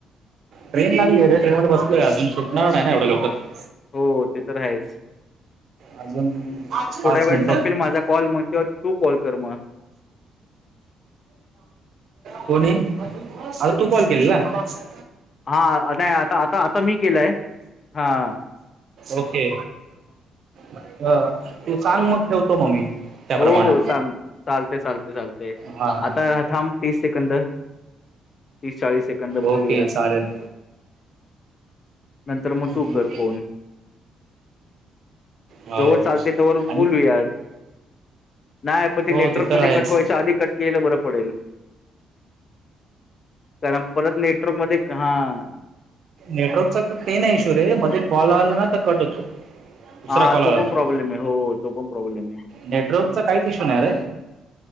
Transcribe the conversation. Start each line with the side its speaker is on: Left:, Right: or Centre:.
Right: ट्रेन लागली रे ट्रेन मध्यें बसलोय अजूंन सुटणांर नाहीं नां एवढ्यां लवकर
Left: हो ते तरं आहेचं
Right: अजूंन पांच
Left: वेळात
Right: मिनिट
Left: संपेल माझा कॉल मग तेव्हा तू कॉल कर मग.
Right: कोणी आता तूं काॅल केलेलां आहे
Left: हां नाहीं आतां आता आतां मी केलंय हांय
Right: ओके अ ते सांग मंग ठेवतो मंग मी त्याप्रमाणे
Left: हो हो चाल चालते चालते चालते
Right: हां हां
Left: आतां ठांम तीस सेकंद तीस चाळीसं सेकंद बोलूया.
Right: ओके चालेल
Left: नंतर मंग
Right: हम्म,
Left: तूं करं फोन
Right: हो
Left: जवळं चालतें तेवरं
Right: आणि
Left: बोलू यांत नाहीं पणं ते
Right: हो
Left: नेटवर्क
Right: तर
Left: मध्यें
Right: आहेच
Left: कंट व्हायचं आधी कंट केलं बरं पडेलं कारणं परंत नेटवर्क मध्यें हां
Right: नेटवर्कचां तरं ते नाहीं इशू रे मध्यें कॉल आलां नां तरं कंट होतो दुसरा
Left: हां
Right: कॉल आला
Left: तो पणं
Right: तर
Left: प्रॉब्लेम आहे हो तो पणं प्रॉब्लेम आहे
Right: नेटवर्कचा काहींचं इश्यू नाहीं रे